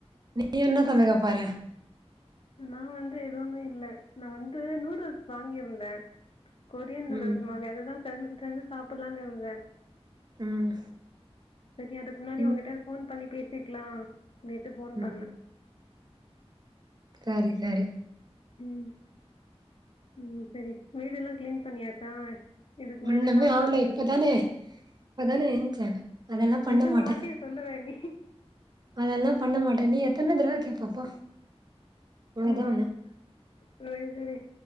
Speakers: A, on the right; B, on the left.
A: நீ என்னு தந்தக பாற
B: நா வந்து எதுமே இல்ல நா வந்து நூடுல்ஸ் வாங்கியிருந்த கொரியன் நூடுல்ஸ்
A: ம்
B: மாரி அதுதான் செஞ்சி செஞ்சி சாப்பலானு இருந்த
A: ம்
B: சரி அதுக்கு முன்னாடி
A: ம்
B: உன்கிட்ட ஃபோன் பண்ணி பேசிக்கலா அப்டின்ட்டு ஃபோன் பண்ண
A: ம் சரி சரி
B: ம் ம் சரி வீடு எல்லா கிளீன் பண்ணியாச்சா இதுக்கு
A: ஒண்ணுமே
B: மேல சாப்ட்டா
A: ஆவல
B: அடிச்சிருவானா
A: இப்பதானே இப்பதானே ஏன்ச்சே அதெல்லா பண்ண
B: எத்தன
A: மாட்டே
B: வாட்டி சொல்லுவ நீ
A: அதெல்லா பண்ண மாட்டான் நீ எத்தன தரவ கேப்ப போ உனக்குதா
B: ம்
A: ஒண்ணு
B: சரி சரி